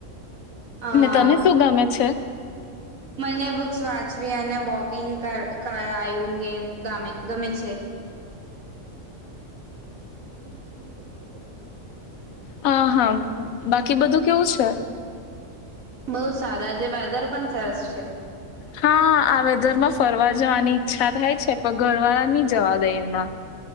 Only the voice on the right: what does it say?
હા!
મને બુક્સ વાંચ. સ્્રીિયાને બોકિંગ કરાયું ગેમ ગમે છે હમ
બઉુ સારાજ વેધર પણ સરસ છે